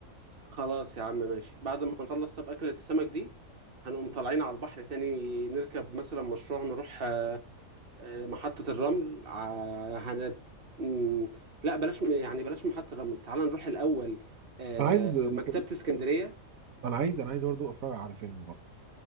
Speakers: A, on the right (about 45°); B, on the right (about 80°).
A: خلاص يا عم ماشي بعد ما نخلص طب أكلة السمك دي هنقوم طالعين على البحر تاني نركب مثلا مشروع نروح آه، آه، محطة الرمل ع- هن... مم، لا بلاش يعني بلاش محطة الرمل تعال نروح الأول آه،
B: انا عايز انا
A: مكتبة اسكندرية
B: انا عايز انا عايز برضه اتفرج على فيلم برضه